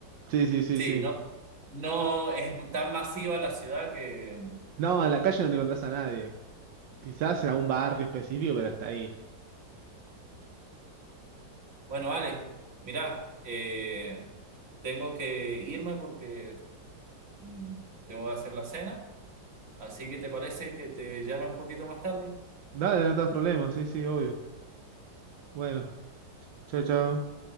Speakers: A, on the right; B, on the right.
A: sí, sí, sí,
B: Sí,
A: sí.
B: no, no es tan masiva la ciudad que...
A: No, en la calle no te encontrás a nadie. Quizás en algún barrio específico, pero hasta ahí.
B: Bueno, Alex, mirá, eh, tengo que irme porque mm, tengo que hacer la cena, así que ¿te parece que te llame un poquito más tarde?
A: Dale, no te das problemas, sí, sí, obvio. Bueno, chao, chao.